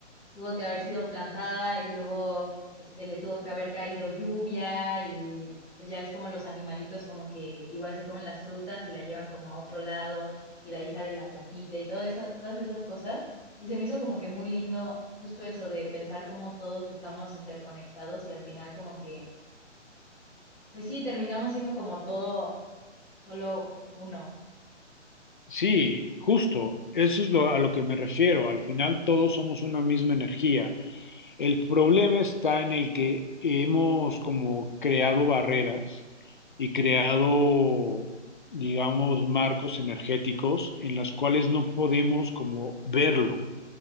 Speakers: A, in the centre; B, on the left.
A: tuvo que haber sido plantada y luego este, le tuvo que haber caído lluvia y pues ya es como los animalitos como que igual se comen las frutas y la llevan como a otro lado y de ahí sale la plantita y todo eso, todas esas cosas. Y se me hizo como que muy lindo justo eso de pensar cómo todos estamos interconectados y al final como que, pues sí, terminamos siendo como todo solo uno.
B: Sí, justo, eso es lo, a lo que me refiero. Al final todos somos una misma energía. El problema está en el que hemos como creado barreras y creado, digamos, marcos energéticos en las cuales no podemos como verlo.